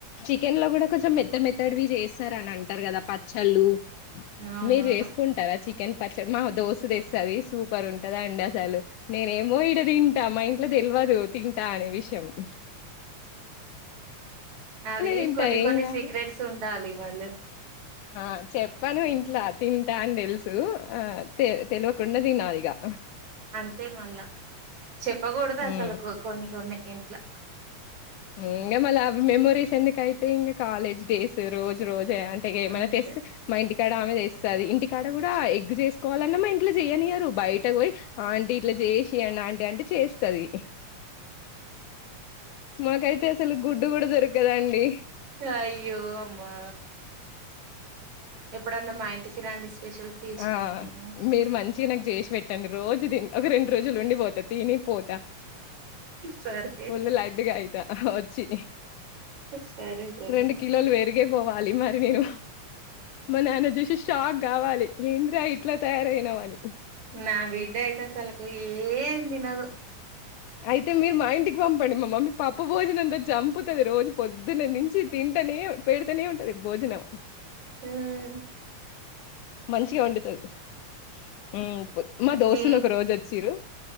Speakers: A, on the left (about 85°); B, on the right (about 50°).
A: చికెన్ లో కూడా కొంచెం మెత్త మెత్తడువి చేస్తారని అంటారు కదా పచ్చళ్ళు
B: అవునవును
A: మీరు వేసుకుంటారా చికెన్ పచ్చడి మా దోశ తెస్తది సూపర్ ఉంటది అండి అసలు నేనే మో ఇడ తింటా మై ఇన్ అట్లా తెల్వదు తింటా అనే విషయం మ్మ్
B: అది
A: తింటా
B: కొన్ని కొన్ని
A: ఏం కాదు
B: సీక్రెట్స్ ఉండాలి మళ్ళీ
A: ఆ చెప్పను ఇంట్లా తిన్ టా అని తెలుసు ఆ తె తెలివకుండ తినాలిగా
B: ఆన్తేమళ్ళ చెప్పకూడదు అసలు
A: ఉమ్
B: కొన్ని కొన్ని ఇంట్లా
A: మ్మ్ ఇంగా మళ అవి మేమోరీస్ ఎందుకైతే ఇంకా కాలేజ్ డేస్ రోజ్ రోజు అంటే ఏమైనా
B: అంతే
A: తెస్ మా ఇంటికాడ ఇట్ల చేస్తాది ఇంటికాడ కూడా ఎగ్ చేసుకోవాలన్నా మా ఇంట్లో చేయనియరు బయటకు పోయి ఆంటీ ఇట్లా చేసియండి ఆంటీ అంటే చేస్తది మాకైతే అసలు గుడ్డు గుడా దొరక్ కదండి
B: అయ్యో అమ్మా ఎప్పుడన్న మా ఇంటికి రండి స్పెషల్స్ చేసి
A: ఆ
B: పెడతాను
A: మీరు మంచిగా నాక్ చేసి పెట్టండి రోజు తింట్ ఒక రెండు రోజులు ఉండిపోత తిని పోత త
B: సరే
A: ఒళ్ళ లడ్డుగా అయితా వచ్చి
B: సరే సరే
A: రెండు కిలోలు పెరిగే పోవాలి మరి నేను మా నాన్న చూసి షాక్ కావాలి ఎంద్రా ఇట్లా తయారయినవని
B: నా బిడ్డ అయితే అస్సల్ కో ఏందినదు
A: అయితే మీరు మా ఇంటికి పంప్ పడి మా మమ్మీ పప్పు భోజనం తెచ్ చంప్ తతుది రోజు పొద్దున్నే నుంచి తింటనే పెడితనే ఉంటది భోజనం
B: మ్మ్
A: మంచిగా వండుతది మ్మ్ మా దోస్తులు
B: నే
A: ఒక రోజు వచ్చిరు